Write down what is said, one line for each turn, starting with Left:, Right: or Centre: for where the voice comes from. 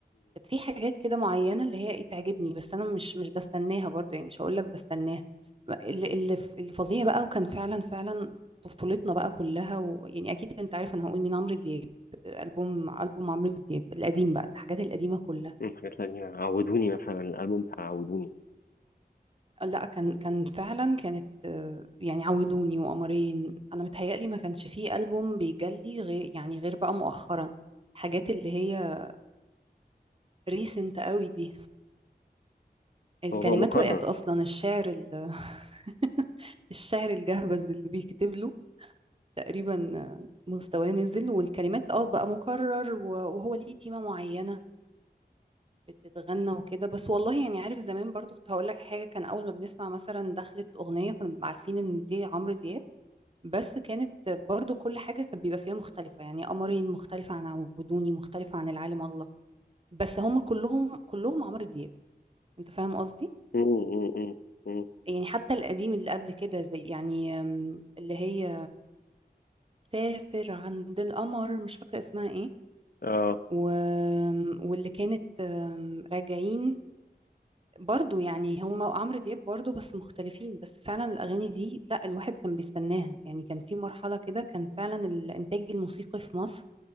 Right: كانت في حاجات كده معينه اللي هي ايه تعجبني بس انا مش مش بستناها برضو يعني مش هقول لك بستناها اللي اللي اللي فظيع بقى وكان فعلا فعلا طفولتنا بقى كلها ويعني اكيد انت عارف انا هقول مين عمرو دياب البوم البوم عمرو دياب القديم بقى الحاجات القديمه كلها
Left: مم، حاجات قديمة عودوني مثلا الألبوم بتاع عودوني
Right: لا كان كان فعلا كانت آه، يعني عودوني وقمرين انا متهيألي ما كانش فيه ألبوم بيجلي غير يعني غير بقى مؤخرا الحاجات اللي هي ريسنت قوي دي الكلمات
Left: هو بقى مكرر
Right: وقعت اصلا الشعر ال- <laughs> الشعر الجهبذ اللي بيكتب له تقريبا آه، مستواه نزل والكلمات اه بقى مكرر و- وهو ليه تيمة معينة بتتغنى وكده بس والله يعني عارف زمان برضو كنت هقول لك حاجة كان اول ما بنسمع مثلا دخلت أغنية كنا بنبقى عارفين ان دي عمرو دياب بس كانت برضو كل حاجة كان بيبقى فيها مختلفة يعني قمرين مختلفة عن عودوني مختلفة عن العالم الله بس هم كلهم كلهم عمرو دياب انت فاهم قصدي
Left: مم، مم، مم، مم.
Right: يعني حتى القديم اللي قبل كده زي يعني أم، اللي هي سافر عند القمر مش فاكرة اسمها ايه
Left: اه
Right: و... واللي كانت أم، راجعين برضو يعني هم وعمرو دياب برضو بس مختلفين بس فعلا الأغاني دي لا الواحد كان بيستناها يعني كان في مرحلة كده كان فعلا الإنتاج الموسيقي في مصر